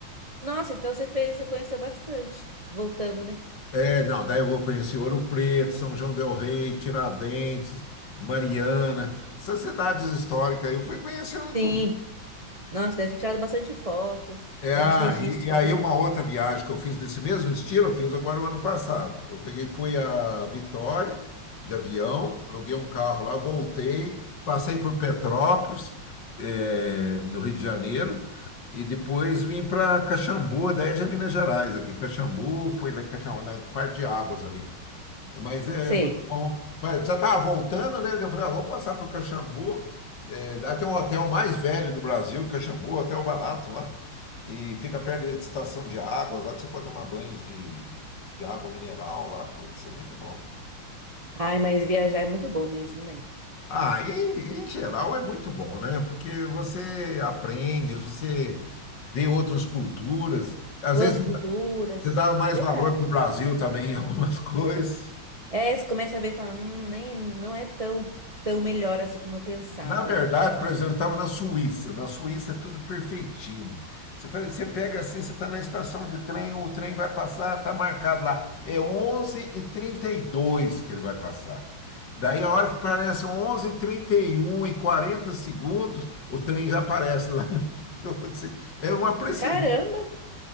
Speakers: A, on the right (about 30°); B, on the left (about 60°).
A: Nossa, então você fez, você conheceu bastante. Voltando, né?
B: É, Não, daí eu conheci Ouro Preto, São João del Rei, Tiradentes, Mariana, essas cidades históricas, aí eu fui conhecendo
A: Sim.
B: tudo.
A: Nossa, deve ter tirado bastante fotos,
B: É,
A: bastante
B: ah,
A: registros,
B: e, e aí
A: né?
B: uma outra viagem que eu fiz desse mesmo estilo, eu fiz agora o ano passado. Eu peguei, fui a Vitória de avião, aluguei um carro lá, voltei, passei por Petrópolis, eh, no Rio de Janeiro, e depois vim para Caxambu, daí já é Minas Gerais aqui, Caxambu, fui lá em Caxambu, na parte de águas ali. Mas é
A: Sei.
B: muito bom. Pa- Já estava voltando, né? daí Eu falei, ah, vamos passar para o Caxambu. É, lá tem um hotel mais velho do Brasil, Caxambu, Hotel Barato lá. E fica perto da estação de águas, lá que você pode tomar banhos de, de água mineral lá. Putz, é muito bom.
A: Ai, mas viajar é muito bom mesmo, né?
B: Ah, e, em geral é muito bom, né? Porque você aprende, você vê outras culturas. Às
A: Outras
B: vezes
A: culturas.
B: você dá mais
A: é Verdade.
B: valor para o Brasil também em algumas <laughs> coisas.
A: É, você começa a ver e fala, hum, nem, não é tão, tão melhor assim como eu pensava.
B: Na verdade, por exemplo, eu estava na Suíça. Na Suíça é tudo perfeitinho. Você, faz- você pega assim, você está na estação de trem, o trem vai passar, está marcado lá. É 11h32 que ele vai passar. Daí, a hora que parece 11h31 e 40 segundos, o trem já aparece lá. no- <laughs> Eu falei assim, É uma precisão.
A: Caramba,